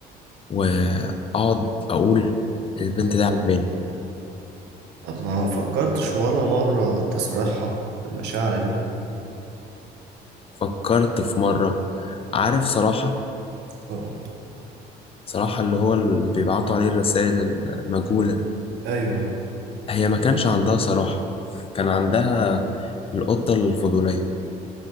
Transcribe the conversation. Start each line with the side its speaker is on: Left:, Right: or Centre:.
Left: واقعد اقول البنت دي عجباني
Right: طب ما فكرتش ولا مرة تصارحها بمشاعرك دي
Left: فكرت في مره عارف صراحه
Right: اه
Left: صراحه اللي هو اللي بيبعتوا عليه الرسائل المجهوله ده
Right: ايوه ايوه
Left: هي ما كانش عندها صراحه كان عندها القطه الفضوليه